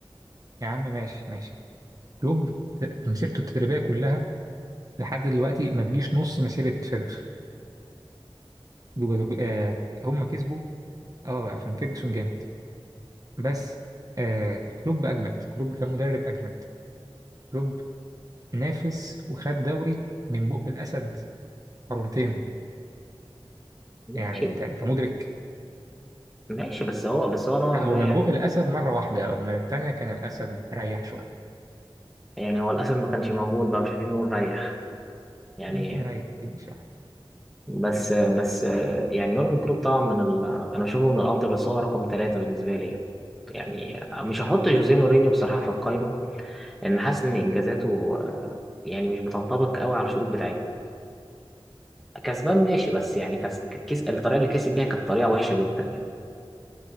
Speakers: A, on the right; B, in the centre.
A: يا عم ماشي ماشي كلوب مسيرته التدريبيه كلها لحد دلوقتي ما تجيش نص مسيره فيرجسون جو- آه هم كسبوا اه عشان فيرجسون جامد بس آه كلوب اجمد كلوب كان مدرب اجمد كلوب نافس وخد دوري من بق الاسد مرتين
B: ماشي
A: يعني انت انت مدرك
B: ماشي بس هو بس هو نوعا
A: لا
B: ما
A: هو من
B: يعني
A: بق الاسد مره واحده اما التانيه كان الاسد مريح شويه
B: يعني هو الاسد ما كانش موجود بقى مش عايزين نقول ريح يعني
A: يعني انتوا مريحين شويه
B: بس بس يعني يورجن كلوب طبعا من ال... انا بشوفه من الافضل بس هو رقم ثلاثة بالنسبة لي يعني يعني مش هحط جوزيه مورينيو بصراحة في القايمة لأن حاسس إن إنجازاته آه، يعني مش بتنطبق قوي على الشروط بتاعتنا كسبان ماشي بس يعني كس... كس... الطريقة اللي كسب بيها كانت طريقة وحشة جدا يعني